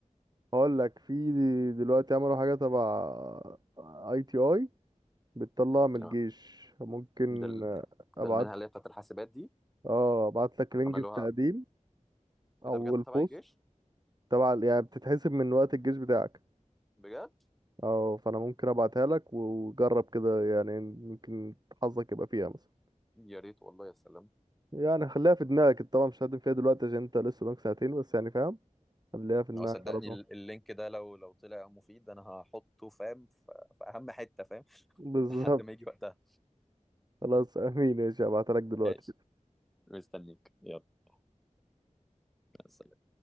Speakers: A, on the right; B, in the centre.
A: هقول لك في دلوقتي عملوا حاجه تبع اي تي اي بتطلع من
B: آه،
A: الجيش ممكن
B: ده ال... ده
A: ابعت
B: المنحه اللي هي بتاعت الحاسبات دي
A: اه ابعت لك لينك
B: عملوها
A: التقديم
B: ايه
A: او
B: ده بجد
A: البوست
B: تبع الجيش
A: تبع ال- يعني بتتحسب من وقت الجيش بتاعك
B: بجد
A: اه فانا ممكن ابعتها لك وجرب كده يعني ممكن حظك يبقى فيها مثلا
B: يا ريت والله يا سلام
A: يعني خليها في دماغك انت طبعا مش هتقدم فيها دلوقتي عشان انت لسه قدامك ساعتين بس يعني فاهم خليها في دماغك
B: هو صدقني
A: على طول
B: ال- اللينك ده لو لو طلع مفيد انا هحطه فاهم في في اهم حتة فاهم
A: <laughs>
B: <laughs>
A: بالظبط
B: لحد ما يجي وقتها
A: خلاص امين ماشي هبعتها لك دلوقتي
B: ماشي مستنيك يلا مع السلامة